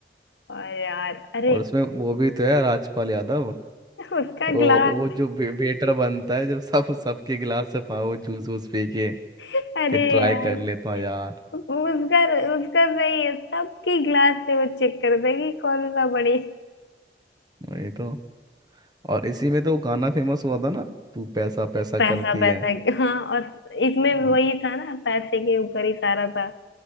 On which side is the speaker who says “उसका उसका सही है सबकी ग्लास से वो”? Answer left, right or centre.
Left